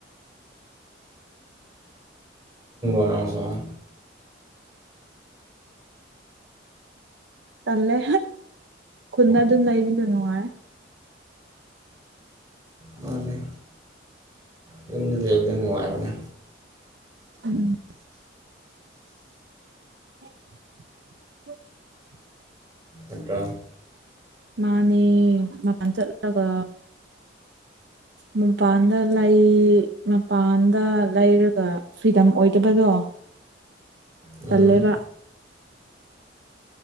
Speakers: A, on the right; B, on the right.
A: ꯑꯅꯥꯡ ꯁ
B: ꯇꯜꯂꯦ ꯈꯨꯜꯗ ꯑꯗꯨꯝ ꯂꯩꯕꯅ ꯅꯨꯡꯉꯥꯏ
A: ꯃꯥꯅꯦ ꯌꯨꯝꯗ ꯂꯩꯕꯗ ꯅꯨꯡꯉꯥꯏꯕꯅꯦ
B: ꯎꯝ <unintelligible>
A: ꯅꯠꯇ꯭ꯔꯥ
B: ꯃꯥꯅꯦ ꯃꯥꯄꯜ ꯆꯠꯂꯒ ꯃꯄꯥꯟꯗ ꯂꯩ ꯃꯄꯥꯟꯗ ꯂꯩꯔꯒ ꯐ꯭ꯔꯤꯗꯝ ꯑꯣꯏꯗꯕꯗꯣ
A: ꯎꯝ
B: ꯇꯂꯦꯕ